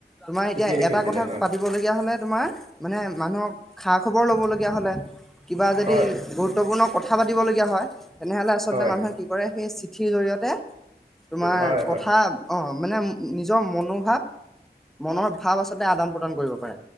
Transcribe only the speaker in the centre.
তোমাৰ
এতিয়া
এটা কথা পাতি
পাতিব লগীয়া হ'লে তোমাৰ মানে মানুহক খা খবৰ ল'ব হ'লে কিবা যদি
গুৰুত্বপূৰ্ণ কথা পাতিবলগীয়া হয় তেনেহ'লে আচলতে
মানুহে কি কৰে সেই চিঠিৰ জৰিয়তে তোমাৰ
কথা অ', মানে নিজৰ মনোভাৱ মনৰ ভাৱ আচলতে আদান প্ৰদান কৰিব পাৰে।